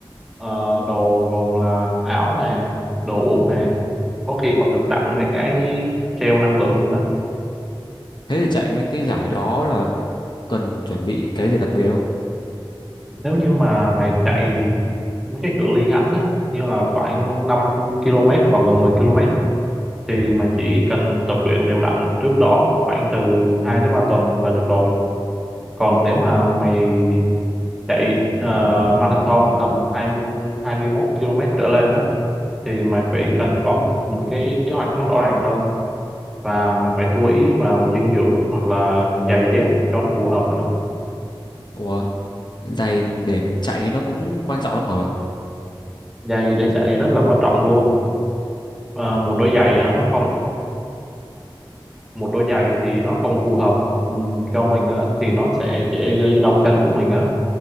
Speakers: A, in the centre; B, on the left.
A: ờ, đồ gồm là áo nè đồ uống nè có khi còn được tặng mấy cái gel năng lượng luôn á
B: thế thì chạy mấy cái giải đó là cần chuẩn bị cái gì đặc biệt không
A: nếu như mà mày chạy mấy cái cự ly ngắn á như là khoảng 5 km hoặc là 10 km thì mày chỉ cần tập luyện đều đặn trước đó khoảng từ 2 đến 3 tuần là được rồi còn nếu mà mày chạy ờ, marathon tầm 20, 21 km trở lên á thì mày phải cần có một cái kế hoạch nó rõ ràng hơn và mày phải chú ý vào dinh dưỡng hoặc là giày dép cho nó phù hợp nữa
B: ủa giày để mình chạy nó cũng quan trọng lắm hả
A: giày để chạy rất là quan trọng luôn Ờ, một đôi giày á, nó không một đôi giày thì nó không phù hợp ừm, cho mình á thì nó sẽ dễ gây đau chân của mình á